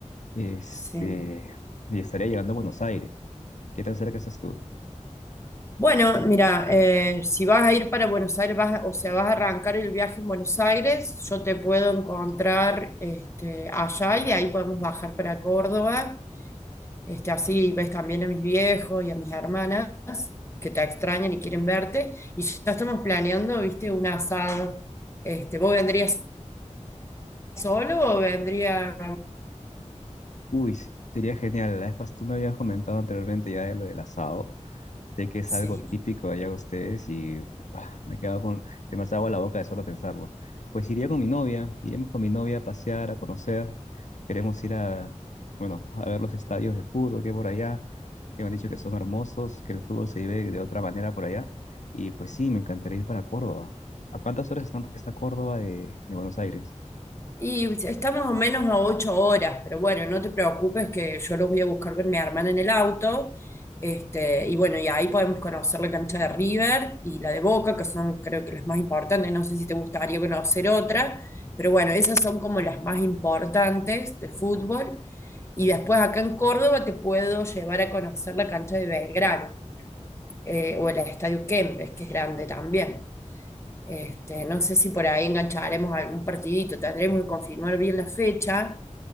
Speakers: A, on the left; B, on the left.
A: este,
B: Sí.
A: y estaría llegando a Buenos Aires. ¿Qué tan cerca estás tú?
B: Bueno, mira, eh, si vas a ir para Buenos Aires, vas, a- o sea, vas a arrancar el viaje en Buenos Aires, yo te puedo encontrar este, allá y de ahí podemos bajar para Córdoba Este, así ves también a mis viejos y a mis hermanas que te extrañan y quieren verte. Y ya estamos planeando, viste, un asado. Este, ¿vos vendrías solo o vendría?
A: Uy, s- sería genial. La vez pas- tú me habías comentado anteriormente ya de lo del asado. Sé que es
B: Sí.
A: algo típico allá de ustedes y ah, me quedo con, se me hace agua la boca de solo pensarlo. Pues iría con mi novia, iríamos con mi novia a pasear, a conocer. Queremos ir a, bueno, a ver los estadios de fútbol que hay por allá, que me han dicho que son hermosos, que el fútbol se vive de otra manera por allá. Y pues sí, me encantaría ir para Córdoba. ¿A cuántas horas está, está Córdoba de, de Buenos Aires?
B: Y está más o menos a ocho horas, pero bueno, no te preocupes que yo los voy a buscar con mi hermana en el auto. Este, y bueno, y ahí podemos conocer la cancha de River y la de Boca, que son creo que las más importantes. No sé si te gustaría conocer otra, pero bueno, esas son como las más importantes de fútbol. Y después acá en Córdoba te puedo llevar a conocer la cancha de Belgrano eh, o el Estadio Kempes, que es grande también. Este, no sé si por ahí engancharemos algún partidito, tendremos que confirmar bien la fecha